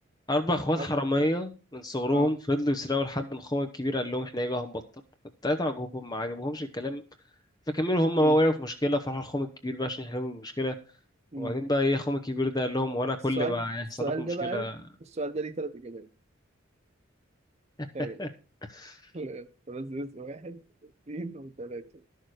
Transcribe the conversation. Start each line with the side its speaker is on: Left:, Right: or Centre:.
Left: أربع إخوات
Right: أر-
Left: حرامية من صغرهم
Right: آه
Left: فضلوا يسرقوا لحد ما أخوهم الكبير قال لهم إحنا إيه بقى هنبطل فالتلاتة عجبهم ما عجبهمش الكلام فكملوا هم بقى
Right: مم.
Left: وقعوا في مشكلة فراحوا لأخوهم الكبير بقى عشان يحلوا المشكلة
Right: مم.
Left: وبعدين بقى إيه أخوهم الكبير ده قال لهم وأنا كل
Right: السؤال
Left: ما يحصل
Right: السؤال
Left: لكم مشكلة
Right: ده بقى السؤال ده ليه تلات إجابات
Left: <laughs>
Right: تخيل لا، بس اسم واحد اثنين وثلاثة